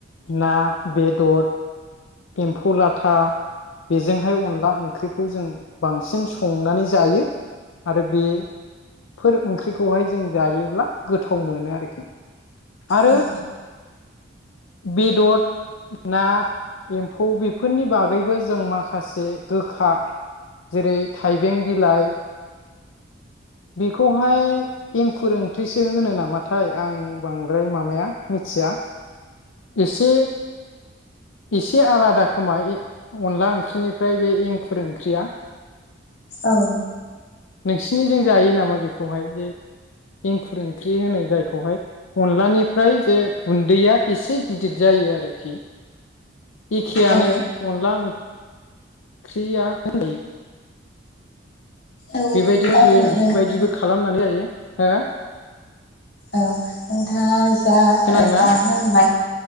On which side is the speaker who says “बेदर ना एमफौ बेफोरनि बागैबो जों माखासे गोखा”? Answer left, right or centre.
Left